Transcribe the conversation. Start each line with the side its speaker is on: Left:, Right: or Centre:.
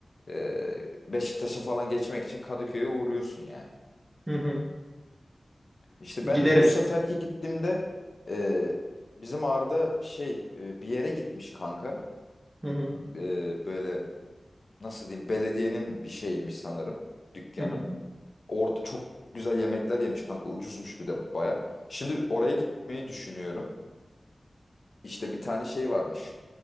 Left: e, Beşiktaş'a falan geçmek için Kadıköy'e uğruyorsun yani.
Right: Hı hı.
Left: İşte
Right: Giderim.
Left: ben de bu seferki gittiğimde e, bizim Arda şey e, bir yere gitmiş kanka.
Right: Hı hı.
Left: e, böyle nasıl diyeyim belediyenin bir şeyiymiş sanırım dükkanı.
Right: Hı hı.
Left: Orada çok güzel yemekler yemiş kanka ucuzmuş bir de baya. Şimdi oraya gitmeyi düşünüyorum. İşte bir tane şey varmış.